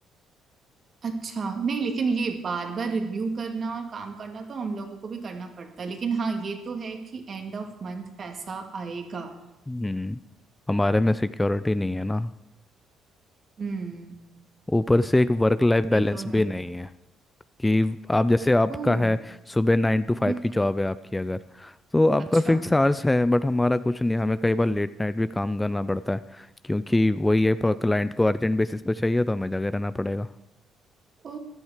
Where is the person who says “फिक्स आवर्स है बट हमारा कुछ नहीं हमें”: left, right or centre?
Left